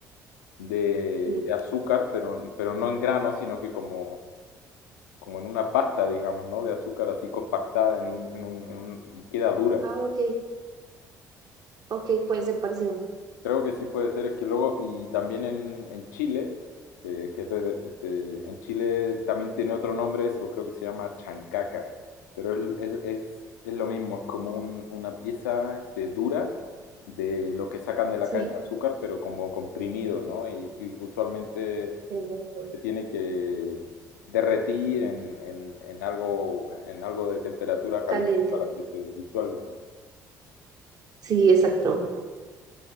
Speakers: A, on the left; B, on the right.
A: de,
B: sí.
A: de azúcar, pero, pero no en grano, sino que como como en una pasta, digamos, ¿no? De azúcar así compactada en un, en un, en un- y queda dura.
B: Ah, ok, ok, puede ser parecido.
A: Creo que sí puede ser, es que luego, y también en, en Chile, que, que es de- este, en Chile también tiene otro nombre eso, creo que se llama chancaca, pero es, es, es- es lo mismo, es como un- una pieza este, dura de lo que sacan de la
B: Sí,
A: caña de azúcar, pero como comprimido, ¿no? Y, y usualmente
B: exacto.
A: se tiene que derretir en, en, en, algo, en algo de temperatura caliente
B: Caliente.
A: para que se disuelva.
B: Sí, exacto.